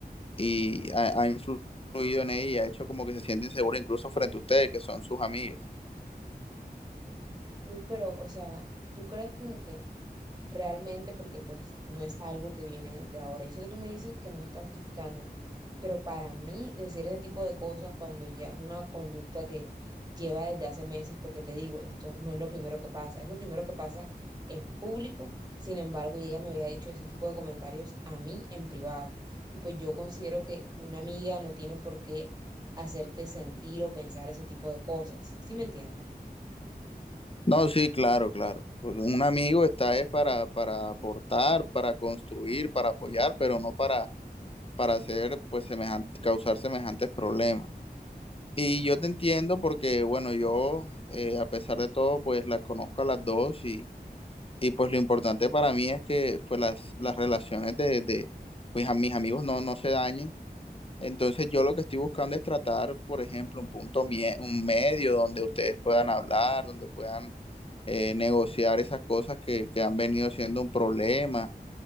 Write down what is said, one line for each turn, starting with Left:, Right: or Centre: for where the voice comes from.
Left: y ha, ha influido en ella y ha hecho como que se siente insegura incluso frente a ustedes, que son sus amigas.
Right: Luis, pero, o sea, ¿tú crees como que realmente porque pues no es algo que viene de ahora. Yo sé que tú me dices que no se está justificando, pero para mí decir ese tipo de cosas cuando ya es una conducta que lleva desde hace meses, porque te digo, esto no es lo primero que pasa, es lo primero que pasa en público, sin embargo, y ella me había dicho ese tipo de comentarios a mí en privado. Y pues yo considero que una amiga no tiene por qué hacerte sentir o pensar ese tipo de cosas, ¿sí me entiendes?
Left: No, sí, claro, claro. Pues un amigo está es para, para aportar, para construir, para apoyar, pero no para, para hacer, pues, semejante, causar semejantes problemas. Y yo te entiendo porque, bueno, yo, eh, a pesar de todo, pues las conozco a las dos y, y pues lo importante para mí es que pues, las, las relaciones de, de pues, a mis amigos no, no se dañen. Entonces yo lo que estoy buscando es tratar, por ejemplo, un punto, mie- un medio donde ustedes puedan hablar, donde puedan eh, negociar esas cosas que, que han venido siendo un problema,